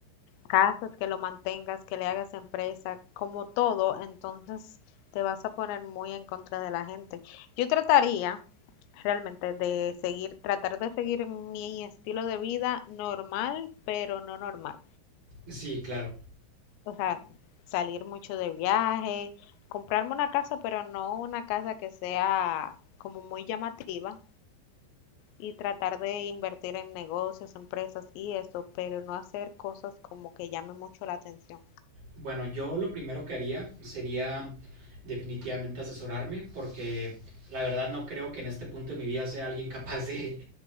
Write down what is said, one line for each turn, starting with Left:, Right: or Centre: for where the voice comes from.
Left: casas, que lo mantengas, que le hagas empresa, como todo. Entonces te vas a poner muy en contra de la gente. Yo trataría realmente de seguir, tratar de seguir mi estilo de vida normal, pero no normal.
Right: Sí, claro.
Left: O sea, salir mucho de viaje, comprarme una casa, pero no una casa que sea como muy llamativa y tratar de invertir en negocios, empresas y eso, pero no hacer cosas como que llamen mucho la atención.
Right: Bueno, yo lo primero que haría sería definitivamente asesorarme porque la verdad no creo que en este punto de mi vida sea alguien capaz de,